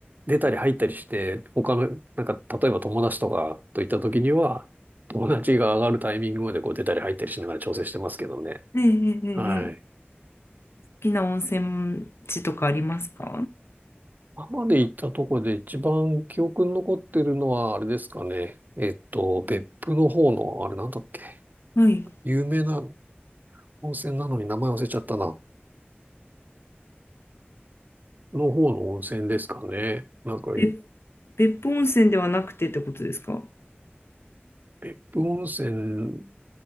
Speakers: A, on the right; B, on the left.
A: 出たり入ったりして、他の、なんか、例えば友達とかといった時には、友達が上がるタイミングまでこう出たり入ったりしながら調整してますけどね。
B: ええええええ好
A: はい。
B: きな温泉地とかありますか
A: 今まで行ったとこで一番記憶に残ってるのは、あれですかね。えっと、別府の方の、あれなんだっけ。
B: はい。
A: 有名な温泉なのに名前忘れちゃったな。の方の温泉ですかね。なんか、
B: べ、別府温泉ではなくてってことですか
A: 別府温泉